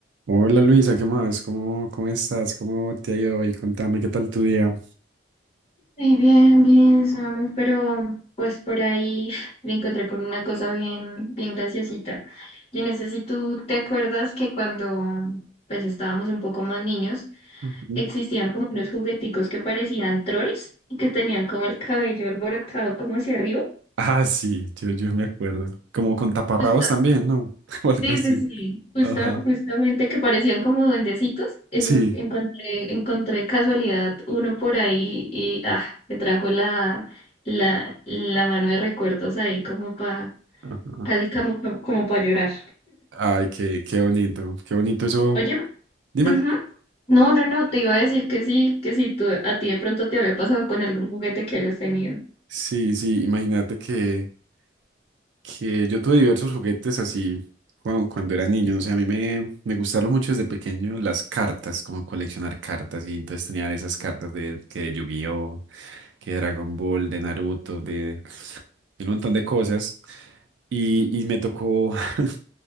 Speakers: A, on the right; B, on the left.
A: Hola Luisa, ¿qué más? ¿Cómo, cómo estás? ¿Cómo te ha ido hoy? Contame, ¿qué tal tu día?
B: Sí, bien, bien, Samu, pero pues por ahí <laughs> me encontré con una cosa bien, bien graciosita. Yo no sé si tú te acuerdas que cuando pues estábamos un poco más niños,
A: Ujú.
B: existían como unos jugueticos que parecían trolls y que tenían como el cabello alborotado como hacia arriba.
A: Ah, sí, yo, yo me acuerdo. Como con taparrabos
B: Pues
A: también, ¿no? <laughs> O algo
B: Sí,
A: así.
B: sí, sí, Justa-
A: Ajá.
B: justamente que parecían como duendecitos, eso
A: Sí.
B: encontré, encontré casualidad uno por ahí y ah, me trajo la, la, la mano de recuerdos ahí como para,
A: Ajá.
B: casi como, como para llorar.
A: Ay, qué, qué bonito, qué bonito eso.
B: Oye,
A: Dime.
B: ujú. No, no, no, te iba a decir que sí, que si tú, a ti de pronto te había pasado con algún juguete que hayas tenido.
A: Sí, sí, imagínate que, que yo tuve diversos juguetes así cuando, cuando era niño, no sé, a mí me, me gustaron mucho desde pequeño las cartas, como coleccionar cartas, y entonces tenía esas cartas de, que de Yu-Gi-Oh, que de Dragon Ball, de Naruto, de y un montón de cosas. Y, y me tocó, <laughs>